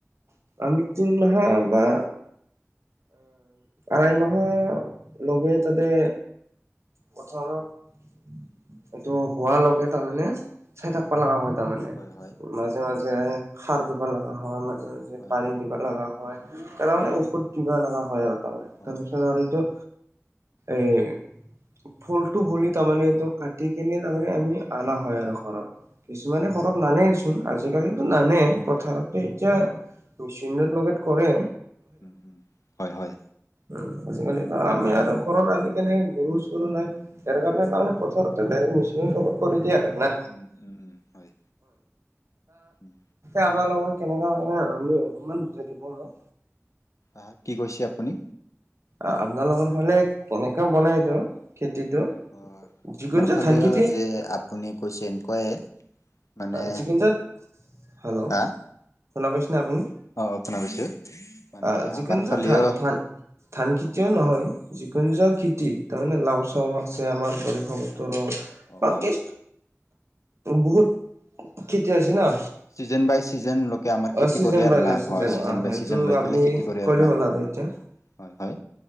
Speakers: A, on the right (about 65°); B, on the left (about 80°).
A: আমি কিতিমম হা বা আই মাহা লগে তাতে পথাৰত এইটো হোৱা লগ এটা হ'লে চাই থাকবা লগা হয়। তাৰ মানে
B: হয় হয়
A: মাজে, মাজে সাৰ দিব লগা হয় আম
B: হয়
A: পানী দিব লগা হয় তাৰমানমানে ঔষধ দিব লগা হয় আৰু তাৰপিছত
B: হয় হয়
A: এইটো এই ফুলটো হ'লে তাৰমানে এইটো কাটি কেনে তাৰমানে আমি আনা হয় আৰু ঘৰত কিছুমানে খৰত নানেইচোন আজিকালি নানে পথাৰত এতিয়া মেচিনটোত লগত কৰে
B: উম, উম হয়, হয়।
A: উ আজিকালি আমি আৰু ঘৰত আনি কিনে গৰু চৰু নাই সেইাৰ কাৰণে তাৰেথাৰতে
B: উম
A: ডাইৰেক্ট মেচিন লগবত কৰি দিয়ে আৰু না
B: উম, উম, উম হয়। উম
A: আবালোকৰ লগত কেনেকা কৰে অলপমান বুজাই দিব না।
B: অ', কি কৈছে আপুনি?
A: অ', আপোনালোকৰ ফালে কেনেককাে বনাইতো খেতিত
B: অ
A: যিকোন
B: আমাৰ
A: যে
B: ফালেও
A: থান খেতি
B: যে আপুনি কৈছে এনেকুৱায়ে মানে
A: চিকেচাত হেল্ল'
B: হা
A: শুনা পাইছেনে আপুনি।
B: অ', শুনা কৈছো মানে
A: আহ যিকোনো
B: আমাৰ ফালেও
A: যে ধান ধান ধান খেতিয়ে নহয় যিকোনো
B: হয়
A: য খেতি তাৰমানে লাও
B: হয়
A: চাও আছে আমাৰ বেশ ওচৰত
B: অ
A: বাকী
B: অ
A: বহুত খেতি আছে না
B: চিজন বাই চিজন ল আমাৰ খেতি
A: অ চিজন
B: কৰে আৰু
A: বাই
B: না হয় চিজন
A: অ
B: বাই
A: সেইটো
B: চিজন লৈ
A: আপুনি
B: পেলাই খেতি কৰে
A: ক'লে
B: আৰু না
A: হ'ল
B: হয়,
A: এতিয়া
B: হয়।